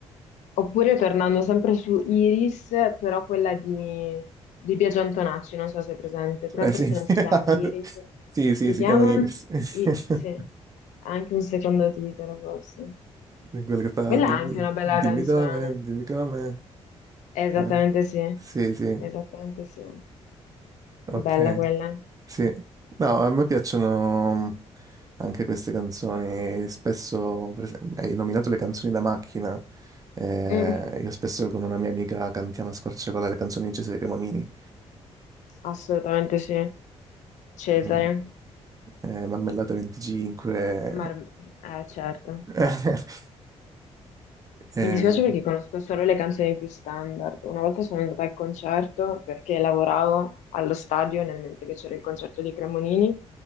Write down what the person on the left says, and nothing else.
Oppure tornando sempre su Iris, però quella di, di Biagio Antonacci, non so se è presente, però
forse
non si chiama Iris,
si
chiama?
I- sì,
ha anche un secondo titolo forse.
Quella
è anche una bella
canzone.
Esattamente
sì,
esattamente sì.
Bella quella.
Mm,
assolutamente sì. Cesare.
Mar- eh, certo.
Mi dispiace perché conosco solo le canzoni più standard. Una volta sono andata al concerto perché lavoravo allo stadio nel mentre che c'era il concerto di Cremonini